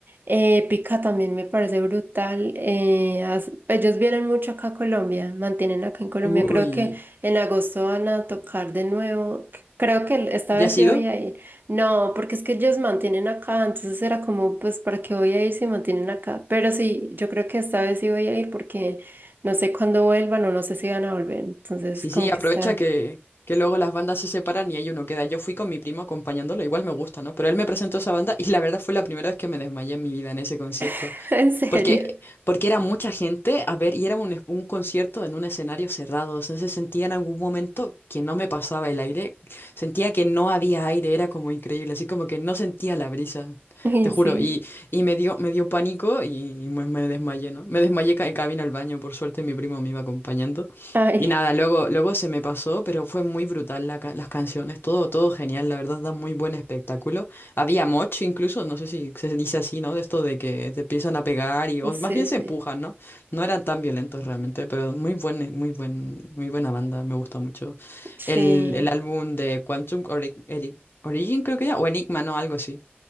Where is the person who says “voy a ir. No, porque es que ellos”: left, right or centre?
Right